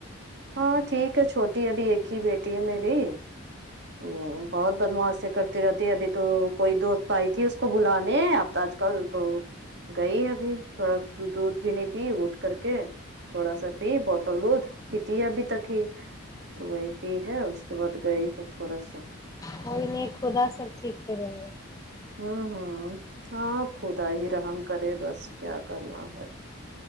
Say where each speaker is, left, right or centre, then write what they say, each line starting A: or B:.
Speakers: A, on the right; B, on the left.
A: ہاں ٹھیک ہے چھوٹی ابھی ایک ہی بیٹی ہے میری آمم بہت بدماشی کرتی رہتی ہے ابھی تو کوئی دوست آئی تھی اس کو بلانے اب تو آج کل تو گئی ابھی تھوڑا دودھ بھی نہیں پی اٹھ کر کے تھوڑا سا پی بوتل دودھ پیتی ہے ابھی تک ہی تو وہیں پی ہے اس کے بعد گئی ہے تھوڑا سا
B: کوئی نہیں خدا سب ٹھیک کریں گے
A: آمم ہمم ہاں خدا ہی رحم کرے بس کیا کرنا ہے